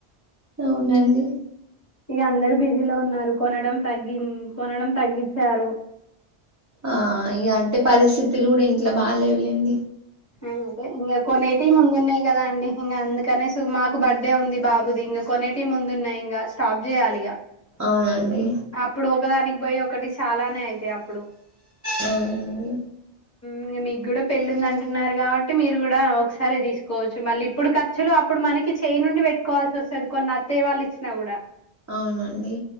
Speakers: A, on the right; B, on the left.
A: అవునండి
B: ఇగ అందరు బిజీలో ఉన్నారు. కొనడం తగ్గిన్ కొనడం తగ్గిచ్చారు.
A: ఆ ఇగ అంటె పరిస్థితులు కూడా ఇంట్లో బాలేవు లెండి.
B: మ్ అదే, ఇంకా కొనేటివి ముందున్నాయి కదా అండి! ఇంక అందుకనేసు మాకు బర్త్డే ఉంది. బాబుది ఇంగా కొనేటివి ముందున్నాయి ఇంగా స్టాప్ చేయాలిగ.
A: అవునండి
B: అప్పుడు ఒకదానికి పోయి ఒ ఒక్కటి చాలానే అయితాయి అప్పుడు.
A: అవునండి.
B: ఇంగ మీక్కూడా పెళ్ళిందన్ టున్నారు కాబట్టి, మీరు కూడా ఒకసారె తీసుకోవచ్చు. మళ్ళీ ఇప్పుడు ఖర్చులు, అప్పుడు మనకి చేయి నుండి పెట్టుకోవాల్సి వస్తది. కొన్ని అత్తేయ వాళ్ళు ఇచ్చినా కూడ.
A: అవునండి.